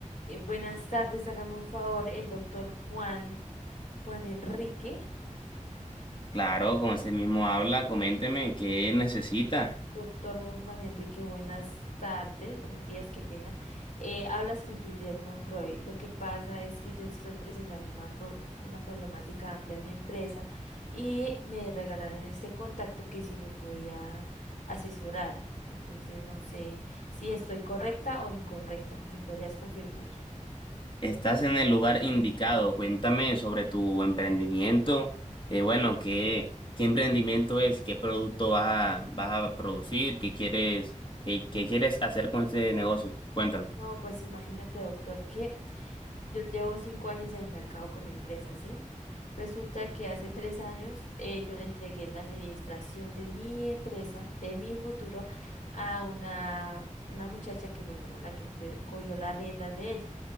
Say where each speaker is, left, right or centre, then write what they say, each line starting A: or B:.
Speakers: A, on the left; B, on the left.
A: Eh, buenas tardes, hágame un favor, el doctor Juan, Juan Enrique.
B: Claro, con ese mismo habla, coménteme qué necesita.
A: Doctor Juan Enrique, buenas tardes, buenos días, qué pena. Eh, hablas con Juliet Monroy. Lo que pasa es que yo estoy presentando una, pro- una problemática amplia en mi empresa y me regalaron este contacto que si me podía asesorar. Entonces, no sé si estoy correcta o incorrecta. ¿Me podrías confirmar?
B: Estás en el lugar indicado. Cuéntame sobre tu emprendimiento. Eh, bueno, ¿qué, qué emprendimiento es? ¿Qué producto vas a, vas a producir? ¿Qué quieres, qué, qué
A: Mm.
B: quieres hacer con este negocio? Cuéntame.
A: No, pues imagínate, doctor, que Yo llevo cinco años en el mercado con mi empresa, ¿sí? Resulta que hace tres años eh, yo le entregué la administración de mi empresa, de mi futuro, a una, una muchacha que fue como la que empe- cogió las riendas de ella.